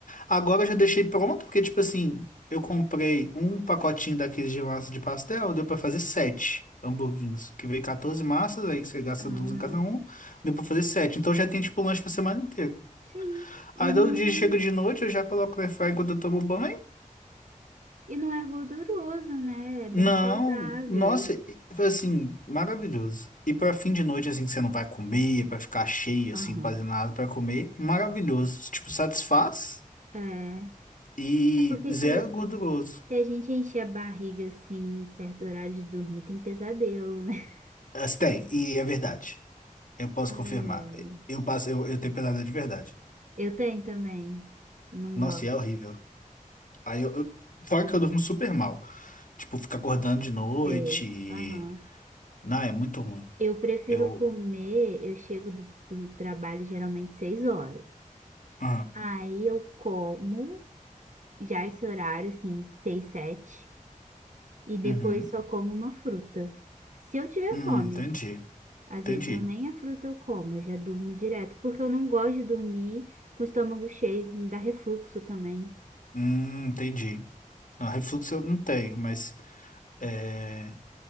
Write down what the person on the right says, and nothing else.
Aham,
Sim, e
não,
e não é gorduroso, né? É bem
saudável.
E-
Aham.
É,
é porque
se, vo-
se a gente encher a barriga assim, perto do horário de dormir, tem pesadelo, né? <laughs>
Ai,
ai.
Eu tenho também. Eu não
gosto.
sei.
Aham.
Eu prefiro
comer, eu chego do, do trabalho geralmente seis horas.
Aí eu como já esse horário, assim, seis, sete, e depois
só como uma fruta. Se eu tiver
fome,
às
vezes eu nem a fruta eu como, eu já durmo direto, porque eu não gosto de dormir com o estômago cheio, me dá refluxo também.